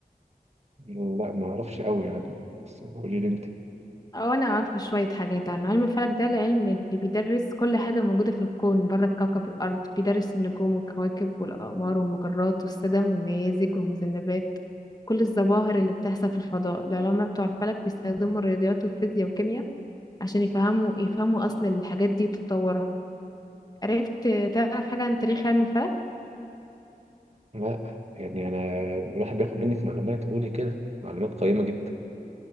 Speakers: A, on the right (about 45°); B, on the left (about 25°).
A: لا ما اعرفش قوي يعني بس قولي لي انت
B: او انا عارفة شوية حاجات عنه علم الفلك ده العلم اللي بيدرس كل حاجة موجودة في الكون بره كوكب الارض بيدرس النجوم والكواكب والاقمار والمجرات والسدم والنيازك والمذنبات كل الظواهر اللي بتحصل في الفضاء العلماء بتوع الفلك بيستخدموا الرياضيات والفيزياء والكيمياء عشان يفهموا يفهموا أصل الحاجات دي وتطورها عرفت تعرف حاجة عن تاريخ علم الفلك؟
A: لا يعني انا الواحد بياخد منك معلومات قولي كده معلومات قيمة جدا